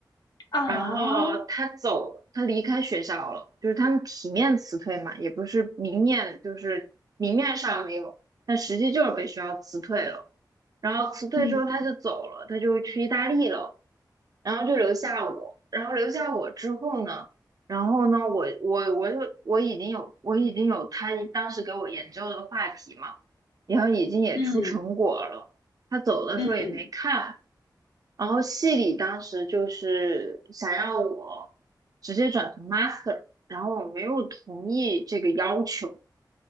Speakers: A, on the left; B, on the right.
A: 啊，
B: 然后他走了他离开学校了，就是他们体面辞退嘛，也不是明面，就是明面上没有，但实际就是被学校辞退了。然后辞退之后他就走了，
A: 嗯
B: 他就去意大利了，然后就留下我，然后留下我之后呢，然后呢，我我我就我已经有我已经有他当时给我研究的话题嘛，然后已经也出成果了。
A: 嗯
B: 他走的时候也没看。
A: 嗯
B: 然后系里当时就是想要我直接转成 master，然后我没有同意这个要求。